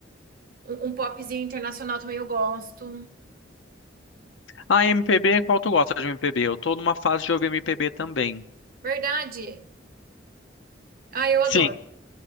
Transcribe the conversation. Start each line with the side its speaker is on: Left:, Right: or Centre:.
Right: um, um popzinho internacional também eu gosto.
Left: Ah, MPB, qual tu gosta de MPB? Eu tô numa fase de ouvir MPB também.
Right: Verdade? Ah, eu adoro.
Left: Sim,